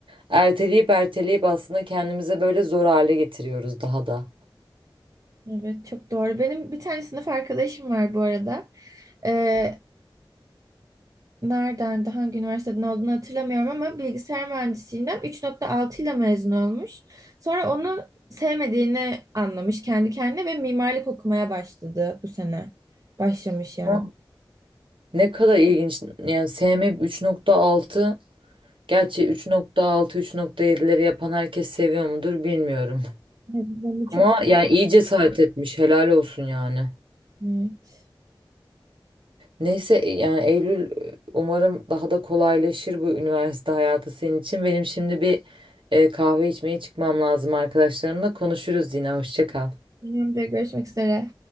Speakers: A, on the right; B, on the right.
A: Erteleyip erteleyip aslında kendimize böyle zor hale getiriyoruz daha da.
B: Evet çok doğru. Benim bir tane sınıf arkadaşım var bu arada. Ee, nereden, de hangi üniversiteden olduğunu hatırlamıyorum ama bilgisayar mühendisliğinden 3.6 ile mezun olmuş. Sonra onu sevmediğini anlamış kendi kendine ve mimarlık okumaya başladı bu sene. Başlamış yani.
A: Hı. Ne kadar ilginç. Yani SM 3.6 gerçi 3.6 3.7'leri yapan herkes seviyor mudur bilmiyorum.
B: Evet, ben de çok...
A: Ama yani iyi cesaret etmiş. Helal olsun yani.
B: Evet.
A: Neyse yani Eylül umarım daha da kolaylaşır bu üniversite hayatı senin için. Benim şimdi bir e, kahve içmeye çıkmam lazım arkadaşlarımla. Konuşuruz yine. Hoşça kal.
B: Benim de görüşmek üzere.